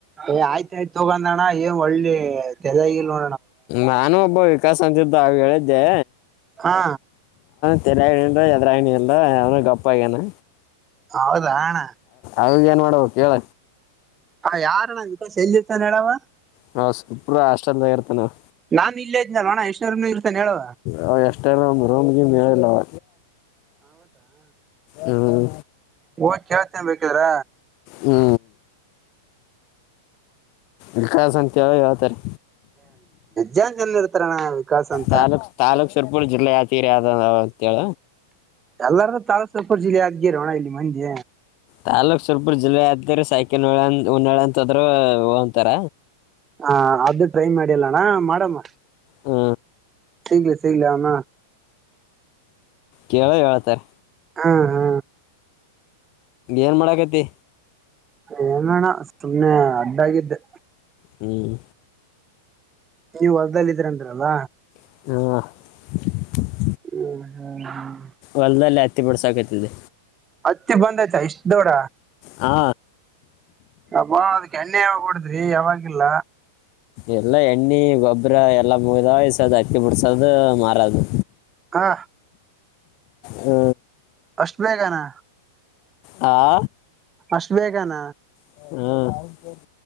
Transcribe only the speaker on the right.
ಏ ಆಯ್ತ ಆಯ್ತ ತಗೊಂಡ ಅಣ್ಣ ಏನ್ ಒಳ್ಳಿ ತೆಜಾಗಿ ನೋ
ಹಾ
ಹೌದಾ ಅಣ್ಣ
ಹ ಯಾರಣಾ ವಿಕೋಶ ಎಲ್ಲಿತ್ತನ್ ಹೇಳವ
ನಾನು ಇಲ್ಲೇ ಇದ್ನಲ್ಲ ಅಣ್ಣ ಎಷ್ಟನೇ ಇರ್ತಾನೆ ಹೇಳು
ಹಓ ಯಾವತನ್ ಬೇಕಿದಾರ
ಜನ ಜನ ಇರ್ತಾರಣ್ಣ ವಿಕಾಸ್ ಅಂತ
ಎಲ್ಲಾರೂ ತಾರಸಾಪುರ್ ಜಿಲ್ಲೆ ಆದ್ಗೇರೋಣ ಇಲ್ಲಿ ಮಂದಿ
ಹ ಅದು ಟ್ರೈ ಮಾಡಲ್ಲಣ ಮಾಡಮ್ಮ
ಸಿಗಲ ಸಿಗಲ ಆಮ
ಹಾ ಹಾ
ಏನೇಣ ಸುಮನೆ ಅಡ್ಡಾಗಿದ್ದೆ
ನೀವ್ ಹೊಲ್ದಲ್ಲ ಇದ್ರಂದ್ರಲ್ಲ
ಹ್ಮ ಹ್ಮ್ ಹ್ಮ್
ಹತ್ತಿ ಬಂದಯ್ತಾ ಇಷ್ಟ ದೊಡ
ಅಬ ಅದಕ್ಕೆ ಎಣ್ಣೆ ಯಾವ ಕುಡಿದ್ರಿ ಯಾವಾಗಿಲ್ಲ
ಹ
ಅಷ್ಟು ಬೇಗನಾ
ಅಷ್ಟು ಬೇಗಾನ